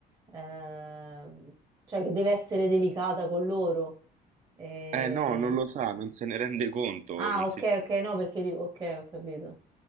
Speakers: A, on the right; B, on the right.
A: ehm, cioè che deve essere delicata con loro. E-
B: eh no, non lo sa, non se ne rende conto,
A: Ah,
B: non
A: ok,
B: si...
A: ok, no, perché dico, ok, ho capito.